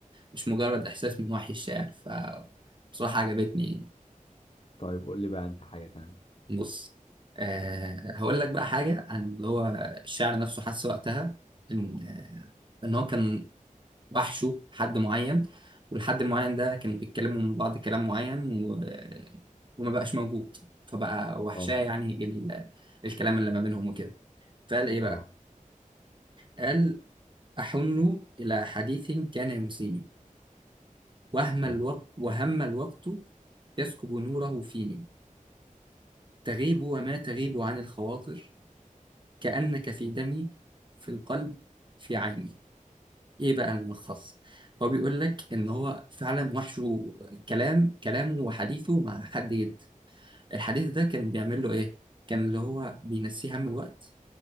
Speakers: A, on the right (about 35°); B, on the left (about 45°).
A: مش مجرد احساس من وحي الشاعر فبصراحه عجبتني
B: طيب قول لي بقى انت حاجه تانية
A: بص أه هقول لك بقى حاجه عن اللي هو الشاعر نفسه حس وقتها ان آه، ان هو كان وحشوا حد معين والحد المعين ده كانوا بيتكلموا من بعض كلام معين و... وما بقاش موجود فبقى وحشاه
B: اه
A: يعني ال... الكلام اللي ما بينهم وكده فقال ايه بقى
B: اه
A: قال أحن إلى حديث كان ينسيني وهم الوقت
B: حلو
A: وهم الوقت يسكب نوره فيني تغيب وما تغيب عن الخواطر كأنك في دمي في القلب في عيني ايه بقى الملخص هو بيقول لك ان هو فعلا وحشه كلام كلامه وحديثه مع حد جد الحديث ده كان بيعمل له ايه كان اللي هو بينسيه هم الوقت